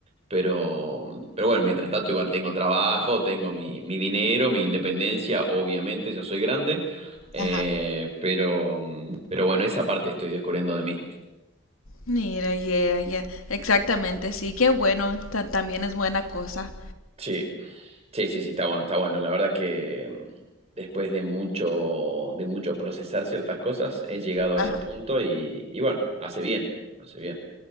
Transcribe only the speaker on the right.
Pero, pero bueno, mientras tanto igual tengo trabajo, tengo mi, mi dinero, mi independencia, obviamente ya soy grande. Eh,
pero, mm, pero bueno, esa parte estoy descubriendo de mí.
Sí, sí, sí, sí, está bueno, está bueno. La verdad que mm, después de mucho, de mucho procesar ciertas cosas, he llegado a
ese punto y, y bueno, hace bien, hace bien.